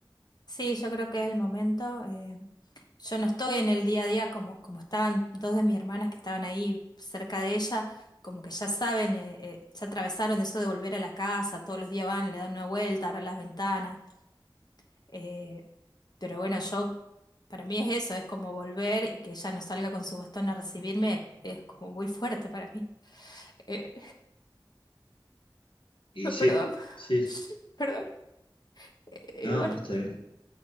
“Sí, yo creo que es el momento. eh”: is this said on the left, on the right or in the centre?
Left